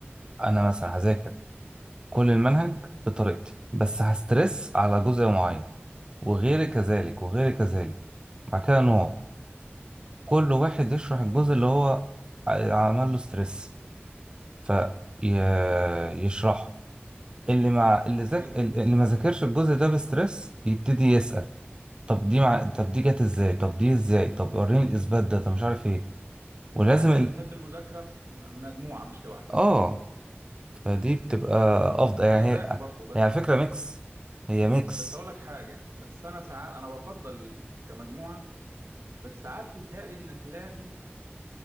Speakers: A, on the right; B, on the right.
A: انا مثلا هذاكر كل المنهج بطريقتي بس هسترس على جزء معين وغيري
B: امم
A: كذلك وغيري كذلك بعد كده نوع كل واحد يشرح الجزء اللي هو ع- عمل له ستريس فيشرحه اللي مع اللي ذاك
B: حلو
A: اللي ما ذاكرش الجزء ده بستريس يبتدي يسأل طب دي مع... طب دي جت ازاي طب دي ازاي طب وريني الاثبات ده طب مش عارف ايه ولازم
B: يعني انت
A: ال...
B: بتحب المذاكره في م- مجموعه مش لوحدك
A: اه فدي بتبقى افضل يعني
B: انا
A: هي
B: زيك برضه بس
A: هي على فكره ميكس هي ميكس
B: بس هقول لك حاجه بس انا ساعات انا بفضل كمجموعه بس ساعات بيتهيألي انك لازم